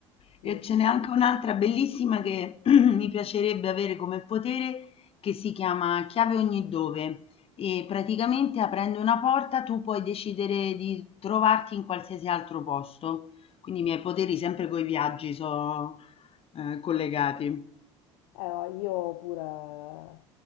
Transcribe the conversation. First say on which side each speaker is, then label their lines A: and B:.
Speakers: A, on the left (about 70°); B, on the left (about 40°).
A: Sì.
B: E ce n'è anche un'altra bellissima che <clears throat> mi piacerebbe avere come potere, che si chiama Chiave ogni dove. E praticamente aprendo una porta tu puoi decidere di trovarti in qualsiasi altro posto. Quindi i miei poteri sempre coi viaggi sono eh, collegati.
A: Eh, io pure,